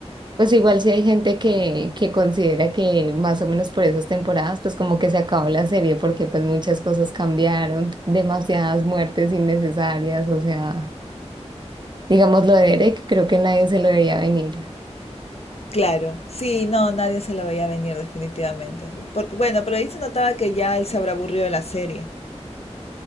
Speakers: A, on the right (about 40°); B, on the left (about 60°).
A: Pues igual si hay gente que, que considera que más o menos por esas temporadas, pues como que se acabó la serie porque pues muchas cosas cambiaron, demasiadas muertes innecesarias, o sea, digamos lo de Derek, creo que nadie se lo veía venir.
B: Claro, sí, no, nadie se lo veía venir definitivamente. Porque, bueno, pero ahí se notaba que ya él se habrá aburrido de la serie.